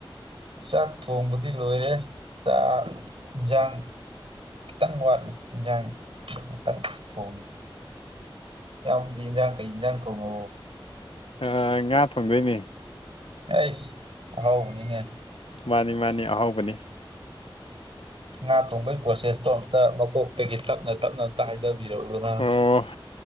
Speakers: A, on the right; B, on the left.
A: ꯆꯥꯛ ꯊꯣꯡꯕꯗꯤ ꯂꯣꯏꯔꯦ ꯆꯥꯛ ꯏꯟꯖꯥꯡ ꯈꯤꯇꯪ ꯋꯥꯠꯂꯤ ꯏꯟꯖꯥꯡ ꯉꯥꯛꯇꯪ ꯊꯣꯡꯉꯤ ꯏꯌꯥꯝꯗꯤ ꯏꯟꯖꯥꯡ ꯀꯩ ꯏꯟꯖꯥꯡ ꯊꯣꯡꯉꯥꯕꯣ
B: ꯑꯥ ꯉꯥ ꯊꯣꯡꯗꯣꯏꯅꯦ
A: ꯑꯩꯁ ꯑꯍꯥꯎꯕꯅꯤꯅꯦ
B: ꯃꯥꯅꯤ ꯃꯥꯅꯤ ꯑꯍꯥꯎꯕꯅꯤ
A: ꯉꯥ ꯊꯣꯡꯕꯒꯤ ꯄ꯭ꯔꯣꯁꯦꯁꯇꯣ ꯑꯝꯇꯥ ꯃꯀꯣꯛꯇꯒꯤ ꯇꯞꯅ ꯇꯞꯅ ꯑꯝꯇ ꯍꯥꯏꯗꯕꯤꯔꯛꯎꯗꯅ
B: ꯑꯣ